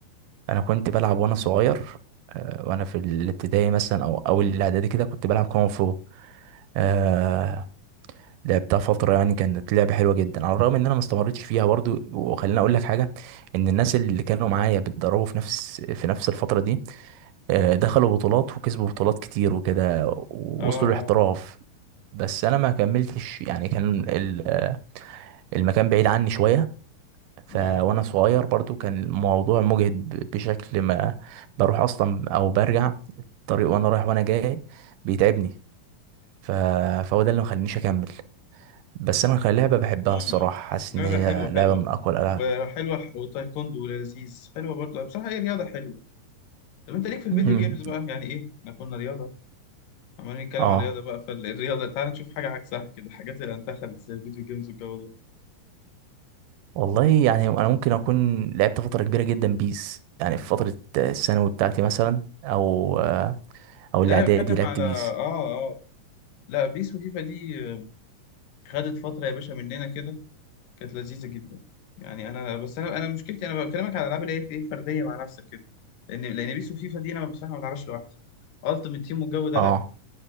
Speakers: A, on the right; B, on the left.
A: انا كنت بلعب وانا صغير آه، وانا في الابتدائي مثلا او اول الاعدادي كده كنت بلعب كونغ فو آه لعبتها فتره يعني كانت لعبه حلوه جدا على الرغم ان انا ما استمرتش فيها برضو وخليني اقول لك حاجه ان الناس اللي كانوا معايا بيتدربوا في نفس في نفس الفتره دي آه، دخلوا بطولات وكسبوا بطولات كتير وكده ووصلوا
B: اه اه
A: للاحتراف بس انا ما كملتش يعني كان ال- المكان بعيد عني شويه ف وانا
B: آه.
A: صغير برضو كان الموضوع مجهد ب- بشكل ما بروح اصلا او برجع الطريق وانا رايح وانا جاي بيتعبني ف... فهو ده اللي مخلينيش اكمل بس انا كان لعبه بحبها
B: امم
A: الصراحه حاسس
B: لا
A: ان هي
B: لا حلوة
A: لعبه
B: حلوة
A: من اقوى الالعاب
B: وحلوة الح- والتايكوندو لذيذ حلوة برضه بصراحة هي رياضة حلوة طب انت ليك في الفيديو
A: مم.
B: جيمز بقى يعني ايه احنا كنا رياضة عمالين نتكلم
A: اه
B: عن رياضة بقى فالرياضة تعال نشوف حاجة عكسها كده حاجات اللي انتخبت زي الفيديو جيمز والجو ده
A: والله يعني انا ممكن اكون لعبت فتره كبيره جدا بيس يعني في فتره الثانوي بتاعتي مثلا او او الاعدادي
B: لا انا بتكلم
A: لعبت
B: على
A: بيس
B: اه اه لا بيس وفيفا دي آه، خدت فترة يا باشا مننا كده كانت لذيذة جدا يعني انا بس انا انا مشكلتي انا بكلمك على الالعاب اللي هي في ايه فردية مع نفسك كده لان لان بيس وفيفا دي انا بصراحة ما بلعبهاش لوحدي التيمت تيم والجو ده
A: اه
B: لا